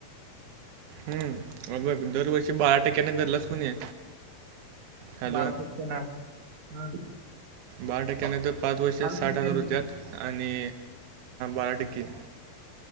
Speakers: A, on the right; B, on the right.
A: हम्म. हा बघ दरवर्षी बारा टक्क्याने धरलाच पण
B: <inaudible>
A: आहे हॅलो
B: बारा टक्के ना ह
A: बारा टक्क्यान तर पाच वर्ष साठ
B: टक्क्यांनी
A: हजार होत्यात आणि बारा टक्के